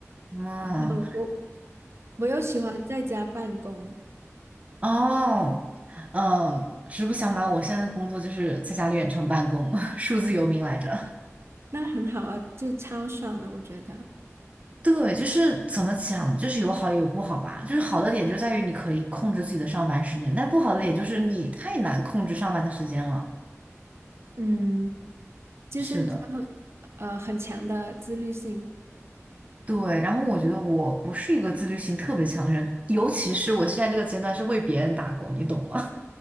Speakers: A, on the right; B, on the right.
A: 嗯，
B: 然后我我又喜欢在家办公，
A: 哦，嗯，实不相瞒，我现在的工作就是在家里远程办公，<laughs> 数字游民来着。
B: 那很好啊，就超爽了，我觉得，
A: 对，就是怎么讲，就是有好也有不好吧。就是好的点就在于你可以控制自己的上班时间，但不好的点就是你太难控制上班的时间了。
B: 嗯。就是要
A: 是的，
B: 呃很强的自律性。
A: 对。然后我觉得我不是一个自律性特别强的人，尤其是我现在这个阶段是为别人打工，你懂吗？